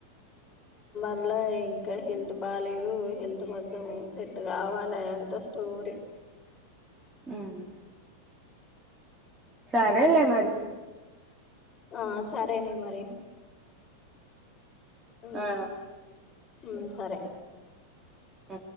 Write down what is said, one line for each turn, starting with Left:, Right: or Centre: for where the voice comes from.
Left: లా ఇంకా హెల్త్ బాలేదు హెల్త్ కొంచెం సెట్ కావాలి అంత స్టోరీ
Right: ఉమ్ సరేలే మరి
Left: ఆ సరేనే మరి ఉమ్
Right: ఆ
Left: ఉమ్ సరే
Right: ఉ